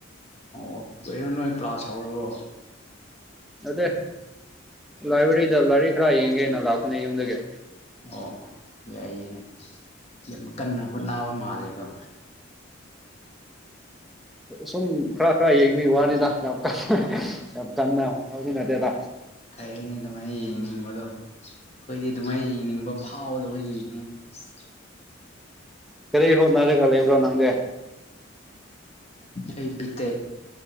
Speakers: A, on the left; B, in the centre.
A: ꯑꯣ ꯑꯣ ꯀꯩꯅꯣ ꯅꯣꯏ ꯀ꯭ꯂꯥꯁ ꯍꯧꯔꯕꯣ
B: ꯑꯠꯇꯦ ꯂꯥꯏꯕ꯭ꯔꯦꯔꯤꯗ ꯂꯥꯏꯔꯤꯛ ꯈꯔ ꯌꯦꯡꯒꯦꯅ ꯂꯥꯛꯄꯅꯦ ꯌꯨꯝꯗꯒꯤ
A: ꯑꯣ ꯌꯥꯏꯌꯦꯅꯦ ꯌꯥꯝ ꯀꯟꯅ ꯍꯣꯠꯅꯕ ꯃꯥꯂꯦꯀꯣ
B: ꯁꯨꯝ ꯈꯔ ꯈꯔ ꯌꯦꯡꯕꯒꯤ ꯋꯥꯅꯤꯗ ꯌꯥꯝ ꯀꯟꯅ ꯌꯥꯝ ꯀꯟꯅ ꯐꯕꯩ ꯅꯠꯇꯦꯗ
A: ꯐꯩꯑꯦꯅꯦ ꯑꯗꯨꯃꯥꯏ ꯌꯦꯡꯅꯤꯡꯕꯗꯣ ꯑꯩꯈꯣꯏꯗꯤ ꯑꯗꯨꯃꯥꯏ ꯌꯦꯡꯅꯤꯡꯕ ꯐꯥꯎꯗꯕꯒꯤꯅꯤ ꯑꯁ
B: ꯀꯔꯤ ꯍꯣꯠꯅꯔꯒ ꯂꯩꯕ꯭ꯔꯣ ꯅꯪꯗꯤ
A: ꯑꯩ ꯕꯤ ꯇꯦꯛ